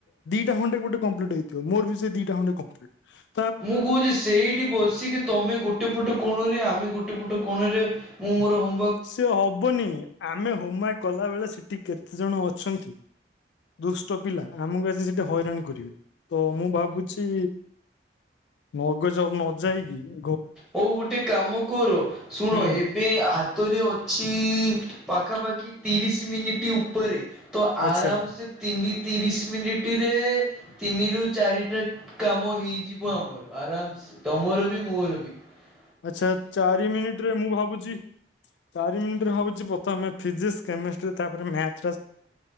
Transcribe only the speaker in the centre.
ମୁଁ କହୁଛି ସେଇଠି ବସିକି ତମେ ଗୋଟେ ପଟ କୋଣରେ ଆମେ ଗୋଟେ ପଟ କଣରେ ମୁଁ ମୋର ହୋ
ହଉ ଗୋଟେ କାମ କର ଶୁଣ
ଏବେ ହାତରେ ଅ ଅଛି ପାଖାପାଖି ତିରିଶ ମିନିଟ୍ ଉପରେ । ତ ଆରାମ
ସେ ତିନି ତିରିଶ ମିନିଟ । ତିନି ରୁ ଚାରିଟା କାମ ହେଇଯିବ ଆମର ଆରାମସ ତମର ବି ମୋର ବି । ବି ।